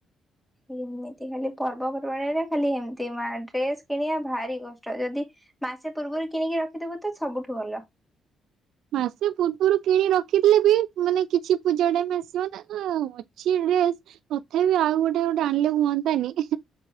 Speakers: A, in the centre; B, on the right.
A: ଏମିତି ଖାଲି ପର୍ବପର୍ବାଣରେ ଖାଲି ଏମତି ମା ଡ୍ରେସ କିଣିବା ଭାରି କଷ୍ଟ। ଯଦି ମାସେ ପୂର୍ବରୁ କିଣିକି ରଖିଦବ ତ ସବୁଠୁ ଭଲ।
B: ମାସେ ପୂର୍ବରୁ କିଣି ରଖିଥିଲେ ବି ମାନେ କିଛି ପୂଜା ଟାଇମ ଆସିବ ନାଁ। ନା ଅଛି ଡ୍ରେସ ତଥାବି ଆଉ ଗୋଟେ ଗୋଟେ ଆଣିଲେ ହୁଅନ୍ତାନି।